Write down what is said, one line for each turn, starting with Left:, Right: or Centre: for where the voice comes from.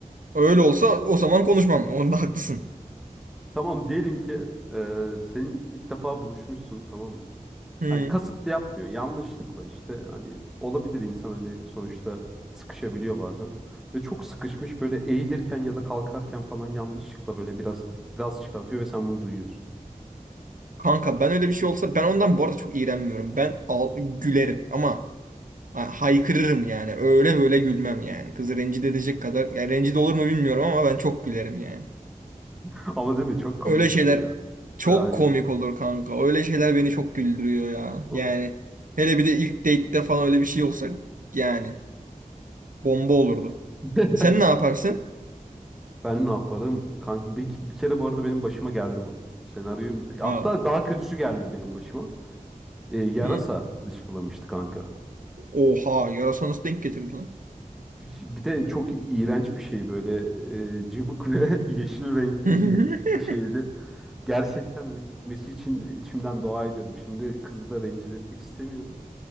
Right: Öyle olsa o zaman konuşmam. Onda haklısın.
Centre: Tamam diyelim ki e, senin ilk defa buluşmuşsun tamam mı?
Right: Hmm.
Centre: Hani kasıtlı yapmıyor. Yanlışlıkla işte hani olabilir insan hani sonuçta sıkışabiliyor bazen. ve çok sıkışmış böyle eğilirken ya da kalkarken falan yanlışlıkla böyle biraz gaz çıkartıyor ve sen bunu duyuyorsun.
Right: Kanka ben öyle bir şey olsa ben ondan bu arada çok iğrenmiyorum. Ben al gülerim ama Ha, haykırırım yani. Öyle böyle gülmem yani. Kızı rencide edecek kadar. Yani rencide olur mu bilmiyorum ama ben çok gülerim yani.
Centre: <laughs> Ama değil mi? Çok komik
Right: Öyle şeyler
Centre: bir şey ya.
Right: çok
Centre: E, Aynen.
Right: komik olur kanka. Öyle şeyler beni çok güldürüyor ya.
Centre: O-
Right: Yani hele bir de ilk date'de falan öyle bir şey olsa yani bomba olurdu.
Centre: <laughs>
Right: Sen ne yaparsın?
Centre: Ben ne yaparım? Kanka bir, bir kere bu arada benim başıma geldi bu. Senaryoyu hatta
Right: Aa.
Centre: daha kötüsü geldi benim başıma. E, yarasa
Right: Hı.
Centre: dışkılamıştı kanka.
Right: Oha yarasa nasıl denk getirdi lan?
Centre: Bir de çok iğrenç bir şey böyle e, cıvık ve <laughs> yeşil renkli
Right: <laughs>
Centre: iğrenç bir şeydi. Gerçekten hani bitmesi için içimden dua ediyordum. Şimdi kızı da rencide etmek istemiyorum.